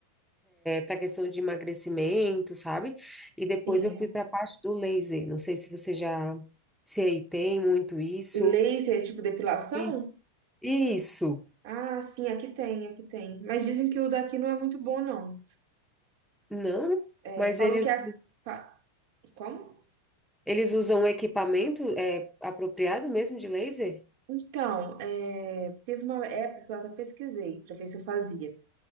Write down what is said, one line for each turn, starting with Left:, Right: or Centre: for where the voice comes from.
Centre: para questão de emagrecimento, sabe? E depois
Right: Sim,
Centre: eu fui para a parte do laser. Não sei se você já, se aí tem muito isso.
Right: laser, tipo depilação?
Centre: Isso. Isso.
Right: Ah, sim, aqui tem, aqui tem. Mas dizem que o daqui não é muito bom, não.
Centre: Não,
Right: É,
Centre: mas
Right: falam
Centre: eles,
Right: que a. fa- Como?
Centre: eles usam equipamento é, apropriado mesmo de laser?
Right: Então, é, teve uma época que eu até pesquisei pra ver se eu fazia.